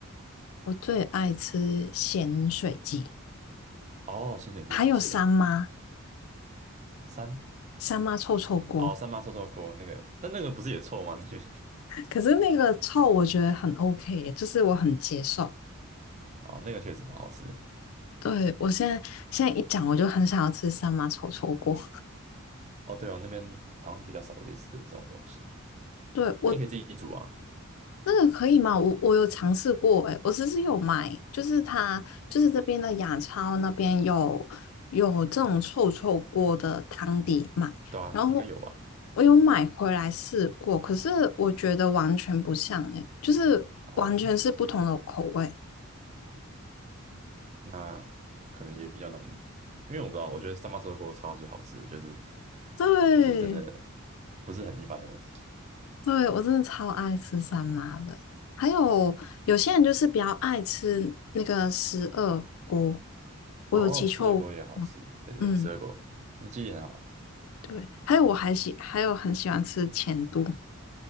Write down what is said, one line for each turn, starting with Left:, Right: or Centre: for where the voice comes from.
Left: 我最爱吃咸水鸡，
Right: 哦，鲜水鸡好吃诶，
Left: 还有三妈。
Right: 三
Left: 三妈臭臭锅，
Right: 哦三妈臭臭锅那个，但那个不是也臭吗？那个
Left: 可是那个臭我觉得很 OK，耶就是我很接受。
Right: <laughs> 哦那个确实蛮好吃的
Left: 对，我现在现在一讲我就很想要吃三妈臭臭锅。
Right: 哦对哦，那边好像比较少类似的这种东西，
Left: 对我，
Right: 那你可以自己煮啊，
Left: 嗯那个可以吗？我我有尝试过，欸哎，我其实有买，就是它就是这边的雅超那边有有这种臭臭锅的汤底买，
Right: 对啊，
Left: 然后
Right: 应该有吧？
Left: 我有买回来试过，可是我觉得完全不像，欸哎，就是完全是不同的口味。
Right: 哦，那可能也比较难，因为我不知道，我觉得三八臭豆锅超级好吃就是 <laughs>
Left: 对，
Right: 就是真的不是很一般的东西。
Left: 对，我真的超爱吃三妈的。还有有些人就是比较爱吃那个十二锅，我有记错吗嗯，
Right: 哦，十二锅也好吃，对对，十二锅，嗯，记忆很好哎。
Left: 对。还有我还喜，还有很喜欢吃钱都。